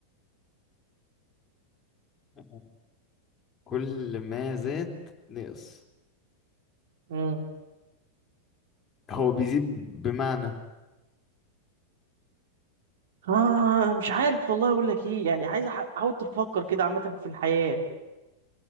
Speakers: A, on the left; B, on the right.
A: <laughs> كل ما زاد نقص
B: امم
A: هو بيزيد بمعنى
B: آه مش عارف والله اقول لك ايه يعني عايز أح- احاول تفكر كده عامه في الحياه